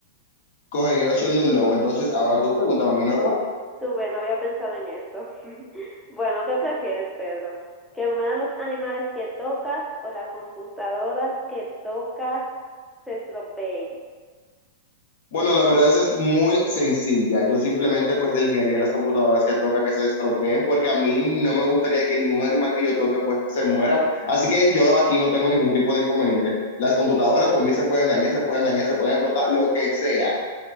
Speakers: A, on the left (about 60°); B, in the centre.
A: cogería la opción de un lobo. Entonces, ahora tú pregúntame a mí, Norma.
B: Tú ve, no había pensado en eso. <laughs> Bueno, ¿qué prefieres, Pedro? ¿Que mueran los animales que tocas o las computadoras que tocas se estropeen?
A: Bueno, la verdad es, es muy sencilla. Yo simplemente pues elegiría las computadoras que toca que se estropeen porque a mí no me gustaría que ningún animal que yo toque pues se muera. Así que yo aquí no tengo ningún tipo de inconveniente. Las computadoras pues mí se pueden dañar, se pueden dañar, se pueden explotar, lo que sea.